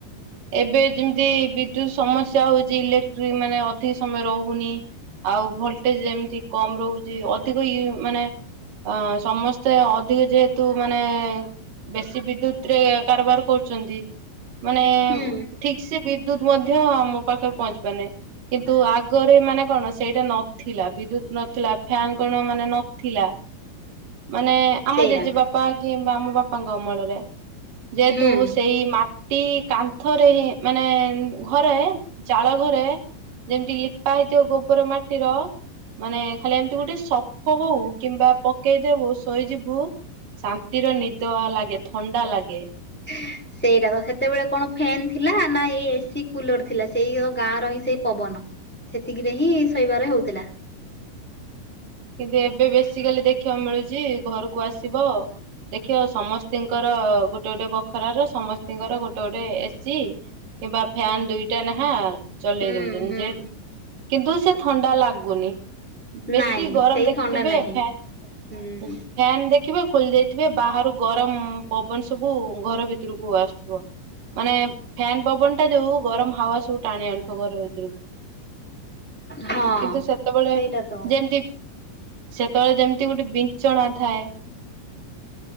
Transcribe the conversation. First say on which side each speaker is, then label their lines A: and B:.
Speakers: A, on the right; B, in the centre.
A: ଏବେ ଯେମିତି ବିଦ୍ୟୁତ ସମସ୍ୟା ହଉଚି ଇଲେକ୍ଟ୍ରିକ୍ ମାନେ ଅଧିକ ସମୟ ରହୁନି। ଆଉ ଭୋଲଟେଜ୍ ଯେମିତି କମ ରହୁଚି ଅଧିକ ଇଉଁ ମାନେ ଅଁ ସମ ସ୍ତେ ଅଧିକ ଯେହେତୁ ମାନେ ବେଶୀ ବିଦ୍ୟୁତ ରେ କାରବାର କ ଚନ୍ତି ମାନେ
B: ହୁଁ
A: ଠିକସେ ବିଦ୍ୟୁତ ମଧ୍ୟ ଆମ ପାଖରେ ପହଞ୍ଚି ପାରୁନାଇଁ। କିନ୍ତୁ ଆଗରେ ମାନେ କଣ ସେଇଟା ନଥିଲା ବିଦ୍ୟୁତ ନଥିଲା ଫ୍ୟାନ କଣ ମାନେ ନଥିଲା। ମାନେ ଆମ
B: ସେଇଆ
A: ଜେଜେବାପା କିମ୍ବା ଆମ ବାପାଙ୍କ ଅମଳରେ ଯେହେତୁ
B: ହୁଁ
A: ସେଇ ମା ଟି କାନ୍ଥରେ ହିଁ ମାନେ ଉଁ ଘରେ ଚାଳ ଘରେ ଯେମିତି ଲିପା ହେଇଥିବ ଗୋବର ମାଟିର ମାନେ ଖାଲି ଏମିତି ଗୋଟେ ସପ ହଉ କିମ୍ବା ପକେଇଦେବୁ ଶୋଇଯିବୁ। ଶାନ୍ତିରେ ନିଦ ଆ ଲାଗେ ଥଣ୍ଡା ଲାଗେ।
B: <inaudible> ସେଇଟା ତ ସେତେବେଳେ କଣ ଫ୍ୟନ୍ ଥିଲା ନା ଏଇ ଏସିି କୁଲର ଥିଲା ସେଇ ଗାଁର ହିଁ ସେଇ ପବନ। ସେତିକିରେ ହିଁ ଶୋଇବାର ହଉଥିଲା।
A: କିନ୍ତୁ ଏବେ ବେଶୀ କାଲି ଦେଖିବାକୁ ମିଳୁଛି ଘରକୁ ଆସିବ ଦେଖିବ ସମସ୍ତିଙ୍କର ଗୋଟେ ଗୋଟେ ବଖରାର ସମସ୍ତଙ୍କର ଗୋଟେ ଗୋଟେ ଏସି। କିମ୍ବା ଫ୍ୟନ୍ ଦୁଇଟା ନେଖା ଚଲେଇ
B: ହୁଁ
A: ଦଉଛନ୍ତି
B: ହୁଁ
A: ଯେ କିନ୍ତୁ ସେ ଥଣ୍ଡା ଲାଗୁନି ବେଶୀ
B: ନାଇଁ
A: ଏତେ ଗରମ
B: ସେଇ
A: ଦେଖିଥିବେ
B: ଥଣ୍ଡା ନାହିଁ
A: ଫ୍ୟାନ
B: ହୁଁ
A: ଫ୍ୟାନ ଦେଖିବେ ଖୋଲି ଯାଇଥିବେ ବାହାରୁ ଗରମ ପବନ ସବୁ ଘର ଭିତରକୁ ଆସୁଥିବ। ମାନେ ଫ୍ୟାନ ପବନଟା ଯୋଉ ଗରମ ହାୱା ସବୁ ଟାଣି ଆଣୁଥିବ ଘର ଭି
B: ହଁ।
A: କିନ୍ତୁ ସେତେବେଳେ
B: ସେଇଟା ତ
A: ଯେମତି ସେତେବେଳେ ଯେମିତି ଗୋଟେ ବିଛଣା ଥାଏ।